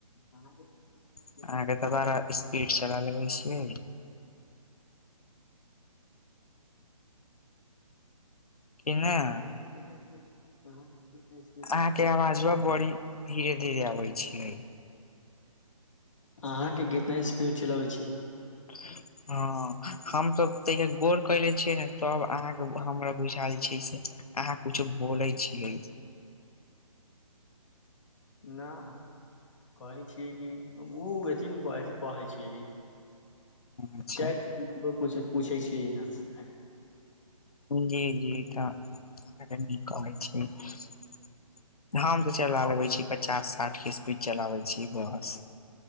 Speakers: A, on the left; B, on the left.
A: अहाँके कितना
B: अहाँके
A: स्पीड
B: दोबारा
A: चलाबै छीये।
B: स्पीड चला लेबै छियै। कि नहि।
A: कितनेछ कह कितने। <unintelligible>
B: अहाँ के आवाज ब बड़ी धीरे-धीरे अबै छै।
A: अहाँके कितना स्पीड चलबैत छीये।
B: <unintelligible> हँ हम त तैया गोर कले छियै ने तब अहाँके हमरा बुझायल छै से। अहाँ कुछो बोलै छियै।
A: न कहै छीयै कि ओ। तीन पढ़ै छी
B: अच्छा
A: चार। कुछ पूछै छियै न
B: जी जी तऽ <unintelligible> हम त चल लबै छी। पचास साठि के स्पीड चलाबे छी बस।